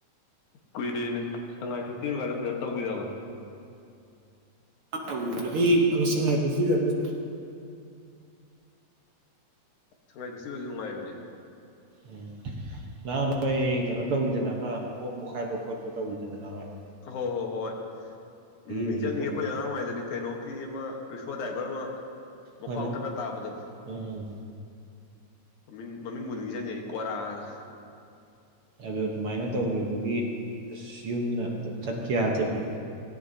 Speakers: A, on the left (about 85°); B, on the right (about 60°).
A: ꯀꯨꯏꯗꯦꯅꯦ ꯁꯉꯥꯏ ꯐꯦꯁꯇꯤꯕ ꯀꯥꯏꯗꯣ ꯐꯖꯅ ꯇꯧꯒꯤꯗꯕ
B: ꯇꯧꯔꯁꯨ ꯑꯩ ꯁꯉꯥꯏ ꯐꯦꯁꯇꯤꯚꯦꯜꯗ ꯑꯃꯇ
A: ꯁꯉꯥꯏ ꯐꯦꯁꯇꯤꯚꯦꯜꯁꯨ ꯅꯨꯡꯉꯥꯏꯕꯅꯦ
B: ꯎꯝ ꯅꯍꯥꯟꯔꯣꯏ ꯀꯩꯅꯣ ꯇꯧꯈꯤꯗꯅ ꯑꯃ ꯕꯣꯝ ꯄꯣꯈꯥꯏꯕ ꯈꯣꯠꯄ ꯇꯧꯈꯤꯗꯅ ꯅꯍꯥꯟꯋꯥꯢ
A: ꯍꯣꯏ ꯍꯣꯏ ꯍꯣꯏ ꯍꯣꯏ ꯎꯝ ꯅꯤꯡꯁꯪꯉꯤ
B: ꯍꯧꯖꯤꯛꯐꯥꯎ
A: ꯑꯩꯈꯣꯏ ꯑꯉꯥꯡ ꯑꯣꯏꯔꯤꯉꯩꯗꯅꯦ ꯀꯩꯅꯣꯒꯤ ꯑꯃ ꯔꯤꯁꯣ ꯗꯥꯏꯚꯔ ꯑꯃ ꯃꯈ꯭ꯋꯥꯡ
B: ꯂꯣꯏꯅꯃꯛ
A: ꯇꯠꯂ ꯇꯥꯕꯗꯣ
B: ꯎꯝ ꯎꯝ
A: ꯃꯃꯤꯡ ꯃꯃꯤꯡꯕꯨꯗꯤ ꯅꯤꯡꯁꯤꯡꯉꯛꯏ ꯀꯤꯔꯥꯗꯣ
B: ꯑꯗꯨ ꯑꯗꯨꯃꯥꯏꯅ ꯇꯧꯈꯤꯕꯗꯨꯒꯤ ꯑꯁ ꯌꯨꯝꯅ ꯑꯃꯇ ꯆꯠꯀꯦ ꯌꯥꯗꯦꯕ